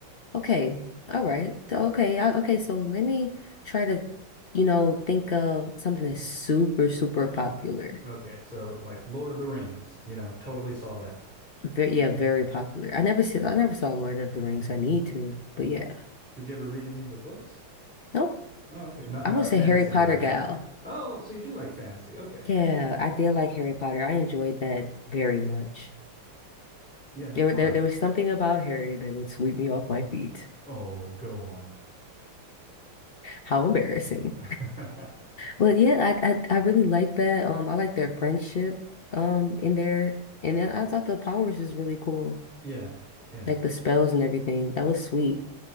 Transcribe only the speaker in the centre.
Okay. So like Lord of the Rings, you know, totally saw that.
Did you ever read any of the books?
Oh, okay. Not
not
a fantasy
girl,
huh? Oh, so you do like fantasy. Okay.
Yeah, they're
fun.
Oh, go on.
<laughs>
Yeah. Yeah.